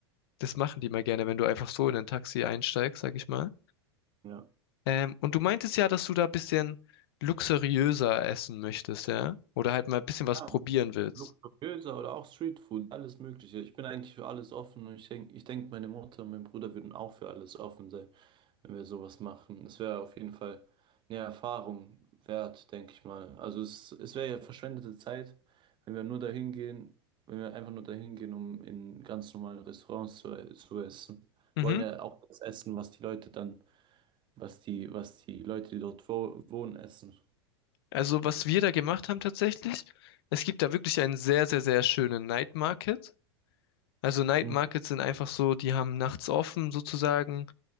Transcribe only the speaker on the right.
ja.
Ja,
Luxuriöser oder auch Streetfood, alles Mögliche. Ich bin eigentlich für alles offen und ich denke, ich denk, meine Mutter und mein Bruder würden auch für alles offen sein. wenn wir sowas machen. Es wäre auf jeden Fall eine Erfahrung wert, denke ich mal. Also es, es wäre ja verschwendete Zeit, wenn wir nur dahin gehen, wenn wir einfach nur dahin gehen, um in ganz normalen Restaurants zu, zu essen.
Wir wollen ja auch das essen, was die Leute dann, was die, was die Leute, die dort wo, wohnen, essen.
Mhm.